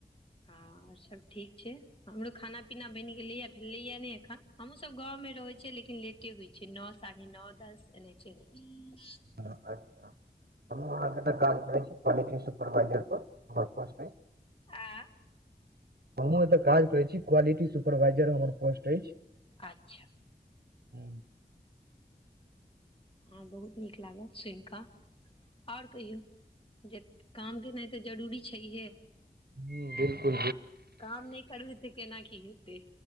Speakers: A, on the left; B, on the right.
A: हँ और सब ठीक छै हमरो खाना पीना बनि गेलैए भेलेैया नै एखन हमहुँ सभ गाँव मे रहै छियै लेकिन लेट की होइची छै नओ साढ़े नओ दस यँहाते होये छै
B: अच्छा हम अहाँके त काम करै छी क्वालिटी सुपरवाइजर पर हमर पोस्ट अछि
A: आ
B: हमहूँ एत काज करै छी क्वालिटी सुपरवाइजर हमर पोस्ट अछि
A: अच्छा
B: हू
A: हँ बहुत नीक लागल सुन कऽ ओर कहियौ जे काम केना तऽ जरूरी छैहे
B: हम्म बिलकुल।
A: क-काम नहि करबिही तऽ केना की हेतै?